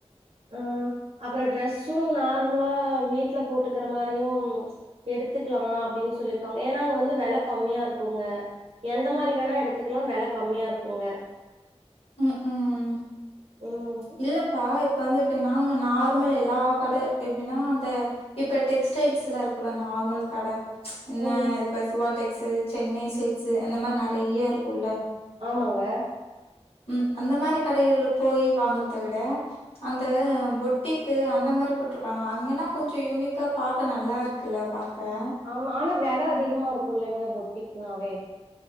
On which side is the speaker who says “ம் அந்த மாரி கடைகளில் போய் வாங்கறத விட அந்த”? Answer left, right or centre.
Left